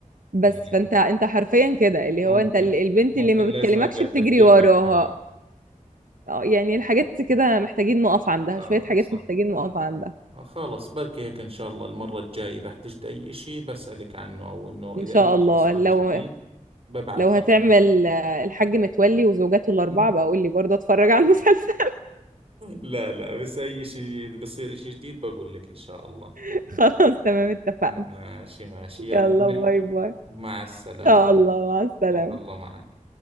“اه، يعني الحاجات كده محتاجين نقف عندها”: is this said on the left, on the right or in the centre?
Right